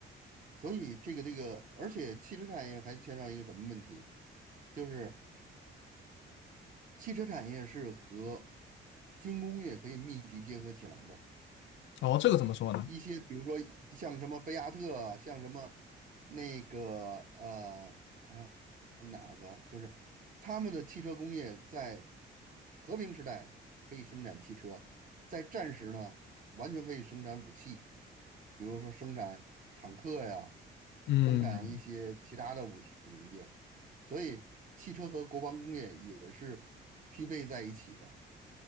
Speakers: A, on the right; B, on the left.
A: 所以这个这个，而且汽车产业还牵上一个什么问题，就是。汽车产业是和军工业可以密集结合起来的。
B: 然后这个怎么说呢？
A: 一些比如说像什么菲亚特啊，像什么那个呃，哎呀哪个，就是他们的汽车工业在和平时代可以生产汽车，在战时呢，完全可以生产武器，比如说生产坦克呀，
B: 嗯，
A: 生产一些其他的武器零件。所以汽车和国防工业也是匹配在一起的。